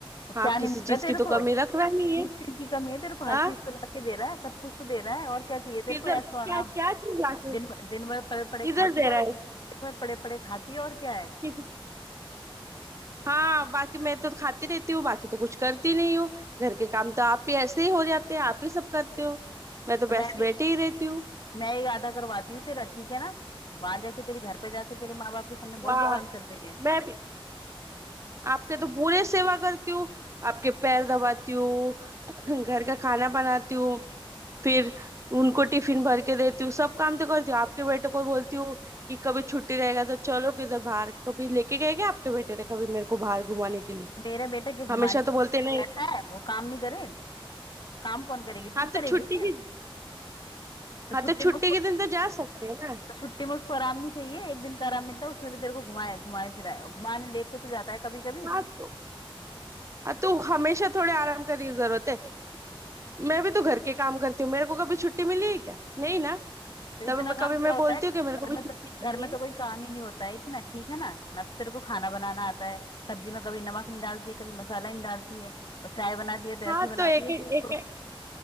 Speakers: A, on the left (about 50°); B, on the right (about 30°).
A: तो
B: हाँ
A: क्या नहीं
B: किसी
A: मिल
B: चीज
A: रहा तेरे
B: की तो
A: को
B: कमी रख रहा नहीं
A: किस
B: है
A: चीज की कमी है तेरे को हर
B: हाँ
A: चीज तो ला के दे रहा है सब कुछ तो दे रहा है और क्या चाहिए तेरे
B: किधर
A: को ऐसा
B: क्या
A: आराम
B: क्या चीज लाके
A: दिन दिन भर पड़े पड़े
B: किधर
A: खाती
B: दे
A: है
B: रहा
A: और दिन
B: है
A: भर पड़े पड़े खाती है और क्या है
B: किस- हाँ बाकी मैं तो खाती रहती हूँ बाकी तो कुछ करती नहीं हूँ घर के काम तो आप ही ऐसे ही हो जाते हैं आप ही सब करते हो मैं तो
A: तो
B: बस
A: मैं भी
B: बैठी ही रहती हूँ
A: मैं ये आधा करवाती हूँ तेरा ठीक है ना वहां जाके तेरे घर पे जाके तेरे माँ बाप के सामने बहुत
B: वाह
A: जवान चल रही है
B: मैं आपके तो पूरे सेवा करती हूँ आपके पैर दबाती हूँ घर का खाना बनाती हूँ फिर उनको टिफिन भर के देती हूँ सब काम तो करती हूँ आपके बेटे को बोलती हूँ कि कभी छुट्टी रहेगा तो चलो किधर बाहर कभी लेके गए क्या आपके बेटे ने कभी मेरे को बाहर घुमाने के लिए
A: तो मेरे बेटे के घुमाने
B: हमेशा तो
A: के
B: बोलते
A: लिए
B: नहीं
A: बैठा है वो काम नहीं करे काम कौन करेगी
B: हाँ
A: तू
B: तो
A: करेगी
B: छुट्टी
A: फिर
B: की
A: तो
B: हाँ
A: छुट्टी
B: तो छुट्टी
A: में उसको
B: के दिन तो जा सकते हैं ना
A: तो छुट्टी में उसको आराम नहीं चाहिए एक दिन का आराम मिलता है उसमें भी तेरे को घुमाए घुमाए फिराए और घुमाने लेके तो जाता है कभी कभी
B: हाँ तो हाँ तो हमेशा थोड़े आराम करने की जरूरत है मैं भी तो घर के काम करती हूँ मेरे को कभी छुट्टी मिली है क्या नहीं ना
A: तो
B: तब
A: इतना
B: मैं
A: काम
B: कभी
A: क्या
B: मैं
A: होता
B: बोलती
A: है
B: हूँ कि मेरे को
A: घर
B: भी
A: में
B: छुट्टी
A: तो
B: चाहिए
A: घर में तो कोई काम ही नहीं होता है इतना ठीक है ना ना तो तेरे को खाना बनाना आता है सब्जी में कभी नमक नहीं डालती है कभी मसाला नहीं डालती है और चाय बनाती है तो ऐसी
B: हाँ
A: बनाती
B: तो एक
A: है
B: एक
A: कि उसको
B: एक